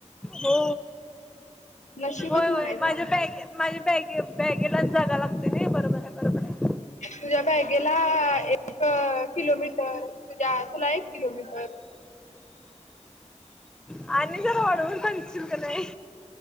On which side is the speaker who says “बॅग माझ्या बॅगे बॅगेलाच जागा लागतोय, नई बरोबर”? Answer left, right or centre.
Centre